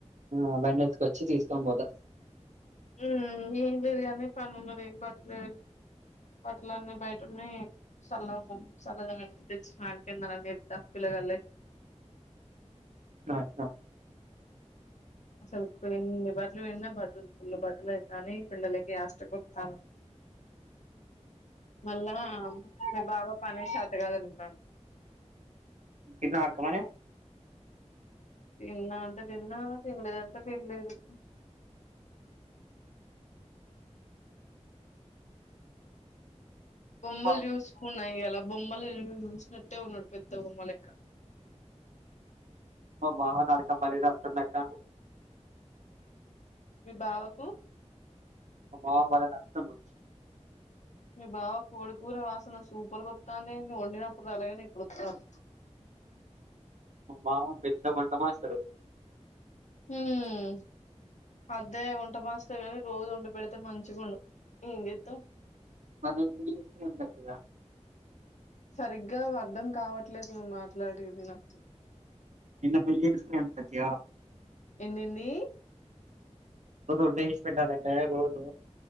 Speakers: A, on the right; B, on the left.
A: ఆ బండి ఎత్తుకొచ్చి తీసుకొని పోతా
B: ఉమ్ ఏం లేదు కానీ పని ఉన్నది బట్టలు బట్టలు అన్నీ బయటవున్నాయి చల్ల చల్లద తెచ్చి <unintelligible> ఆళ కిందాలనిస్తా పిల్లగాల్లే
A: ఆ అత్త
B: అసలు ఎన్ని బట్టలు విండిన బట్టలు పుల్లు బట్టలు అయితాని పిల్లలకి ఆష్ట కొతాను మళ్ళా మీ బావ పని చెతగాదంటాను
A: తిన్నావా అక్క మరి
B: తిన్నా అంటే తిన్నా తినలేదంటే తినలేదు బొమ్మలు
A: మా
B: చూసు <unintelligible> ఈయల బొమ్మలు చూసినట్టే ఉన్నాడు పెద్ద బొమ్మలక్క
A: మా బావ నడక <unintelligible> అక్క
B: మీ బావకు
A: మా బావ భలే నడుస్తుండు
B: మీ బావ కోడి కూర వాసన సూపర్గా వత్తంది ఏంది వండినప్పడు రాలే గాని ఇప్పుడు వస్తాంది
A: మా బావ పెద్ద వంట మాస్టరు
B: ఉమ్ అదే వంట మాస్టర్ ఎ కాని రోజు వండి పెడితే మంచిగా ఉండు ఏం జెత్తం
A: మ్యాట్ పీస్ కొంకోచిన <unintelligible>
B: సరిగ్గా అర్థం కావట్లేదు నువ్వు మాట్లాడేది నాకు
A: నిన్ను పెళ్ళి చేసుకున్నందుకు సత్య
B: ఏందిఏందీ
A: రోజు వంట చేసి పెట్టాలంటే రోజు